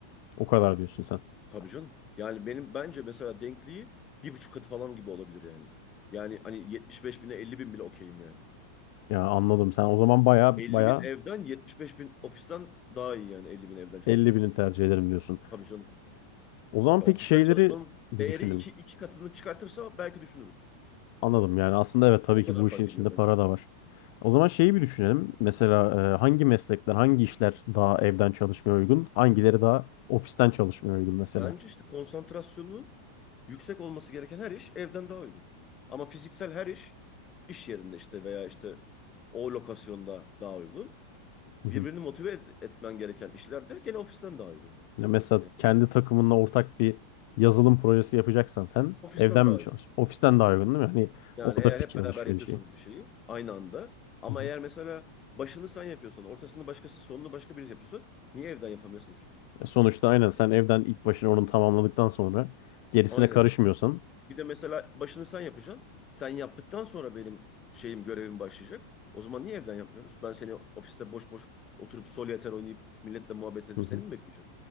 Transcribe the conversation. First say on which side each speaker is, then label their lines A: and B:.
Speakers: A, on the left; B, on the left.
A: O kadar diyorsun sen.
B: Tabii canım. Yani benim bence mesela denkliği bir buçuk katı falan gibi olabilir yani. Yani hani 75 bine 50 bin bile okeyim yani.
A: Ya anladım. Sen o zaman baya
B: 50
A: baya
B: bin evden 75 bin ofisten daha iyi yani 50 bin evden çalışmak.
A: 50 bini tercih ederim diyorsun.
B: Tabii canım.
A: O zaman
B: Ya
A: peki
B: ofisten
A: şeyleri
B: çalışmanın
A: bir
B: değeri
A: düşünelim.
B: iki, iki katını çıkartırsa belki düşünürüm.
A: Anladım yani aslında evet tabii
B: O kadar
A: ki bu işin
B: fark
A: içinde
B: ediyor bence.
A: para da var. O zaman şeyi bir düşünelim. Mesela e, hangi meslekler, hangi işler daha evden çalışmaya uygun, hangileri daha ofisten çalışmaya uygun mesela.
B: Bence işte konsantrasyonun yüksek olması gereken her iş evden daha uygun. Ama fiziksel her iş iş yerinde işte veya işte o lokasyonda daha uygun.
A: Hı
B: Birbirini
A: hı.
B: motive et- etmen gereken işler de gene ofisten daha uygun. Çok
A: Ya mesela
B: basit ya.
A: kendi takımınla ortak bir yazılım projesi yapacaksan sen
B: Ofisten
A: evden
B: daha
A: mi
B: uygun.
A: çalış? Ofisten daha uygun değil mi? Hani
B: Yani
A: orada
B: eğer
A: fikir
B: hep beraber
A: alışverişi.
B: yapıyorsanız bir şeyi aynı anda ama
A: Hı hı.
B: eğer mesela başını sen yapıyorsan, ortasını başkası, sonunu başka biri yapıyorsa niye evden yapamıyorsun ki?
A: Ya sonuçta aynen sen evden ilk başına onu tamamladıktan sonra gerisine
B: Aynen.
A: karışmıyorsan
B: Bir de mesela başını sen yapacaksın. Sen yaptıktan sonra benim şeyim görevim başlayacak. O zaman niye evden yapmıyoruz? Ben seni ofiste boş boş oturup solitaire oynayıp milletle muhabbet edip
A: Hı hı.
B: seni mi bekleyeceğim?